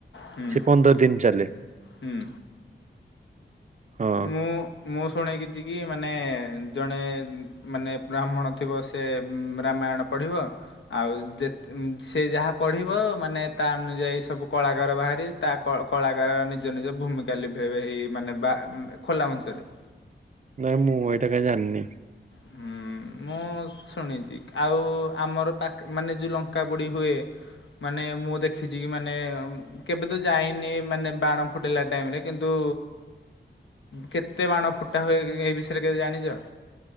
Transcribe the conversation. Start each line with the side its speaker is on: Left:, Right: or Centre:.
Left: ହୁଁ
Right: ସେ ପନ୍ଦର ଦିନ ଚାଲେ।
Left: ହୁଁ।
Right: ହଁ।
Left: ମୁଁ ମୁଁ ଶୁଣେ କିିଛି କି ମାନେ ଜଣେ ମାନେ ବ୍ରାହ୍ମଣ ଥିବ ସେ ରାମାୟଣ ପଢିବ। ଆଉ ଯେ ସେ ଯାହା ପଢ଼ିବ ମାନେ ତା ଅନୁଯାୟୀ ସବୁ କଳାକାର ବାହାରିବେ। ତା କଳାକାର ନିଜ ନିଜ ଭୂମିକା ଲିଭେଇବେ ହେଇ ମାନେ ବା ଖୋଲା ମଞ୍ଚରେ
Right: ନାଇଁ ମୁଁ ଏଇଟା କାଇଁ ଯାଣିନି।
Left: ଉଁ ହୁଁ। ମୁଁ ଶୁଣିଛି ଆଉ ଆମର ପାଖ ମାନେ ଯୋଉ ଲଙ୍କା ପୋଡି ହୁଏ ମାନେ ମୁଁ ଦେଖିଛି କି ମାନେ କେବେ ତ ଯାଇନି ମାନେ ବାଣ ଫୁଟେଇଲାା ଟାଇମ ରେ କିନ୍ତୁ କେତେ ବାଣ ଫୁଟା ହୁଏ ଏ ବିଷୟରେ କେବେ ଜାଣିଚ?